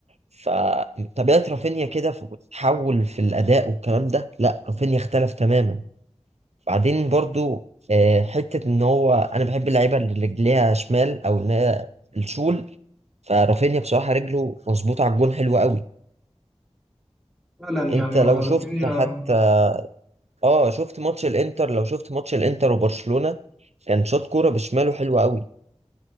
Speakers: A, on the right (about 70°); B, in the centre.
A: فطبيعة رافينيا كده بتتحول في الأداء والكلام ده لا رافينيا اختلف تماما بعدين برضو آه، حتة إن هو أنا بحب اللعيبة اللي رجليها شمال أو إن هي الشول فرافينيا بصراحة رجله مظبوطة على الجون حلوة قوي
B: فعلا يعني
A: أنت
B: هو
A: لو
B: رافينيا
A: شفت حتى آه شفت ماتش الإنتر لو شفت ماتش الإنتر وبرشلونة كان شاط كورة بشماله حلوة قوي